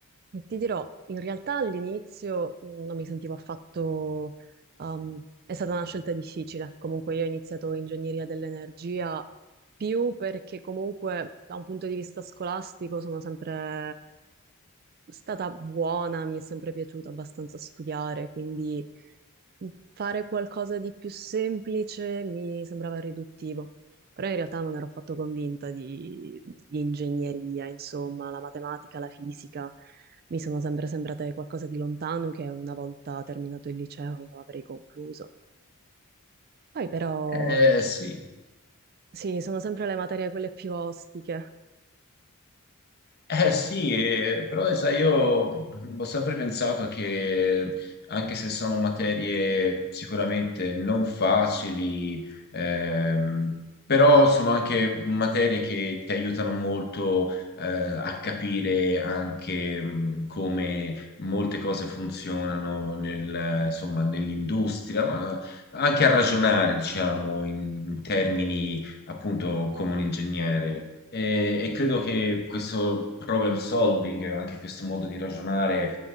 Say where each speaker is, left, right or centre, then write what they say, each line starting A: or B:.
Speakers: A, on the right; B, on the left.
A: ti dirò, in realtà all'inizio mh, non mi sentivo affatto... um, è stata una scelta difficile. Comunque io ho iniziato ingegneria dell'energia più perché comunque da un punto di vista scolastico sono sempre stata buona, mi è sempre piaciuto abbastanza studiare, quindi fare qualcosa di più semplice mi sembrava riduttivo. Però in realtà non ero affatto convinta di, di ingegneria, insomma, la matematica, la fisica mi sono sempre sembrate qualcosa di lontano che una volta terminato il liceo avrei concluso. Poi però,
B: Eh, sì.
A: sì, sono sempre le materie quelle più ostiche.
B: Eh sì, eh, però sai, io ho sempre pensato che anche se sono materie sicuramente non facili, ehm, però sono anche materie che ti aiutano molto eh, a capire anche mh, come molte cose funzionano nel- insomma, nell'industria, ma anche a ragionare, diciamo, in termini appunto come un ingegnere. E, e credo che questo problem solving, anche questo modo di ragionare,